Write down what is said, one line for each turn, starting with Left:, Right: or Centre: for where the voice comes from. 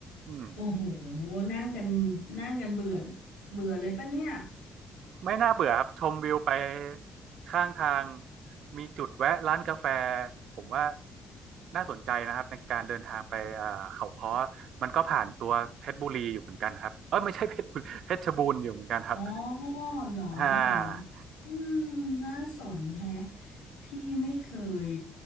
Right: อืม
Left: โอ้โหนั่งกันนั่งกันเบื่อเบื่อเลยป่ะเนี่ย
Right: ไม่น่าเบื่อครับชมวิวไปข้างทางมีจุดแวะร้านกาแฟผมว่าน่าสนใจนะครับในการเดินทางไปเอ่อเขาค้อมันก็ผ่านตัวเพชรบุรีอยู่เหมือนกันครับเออไม่ใช่เพชรบุรีเพชรบูรณ์อยู่เหมือนกันครับ
Left: อ๋อเหรอเหรอ
Right: อ่า
Left: อืมน่าสนแฮะพี่ไม่เคย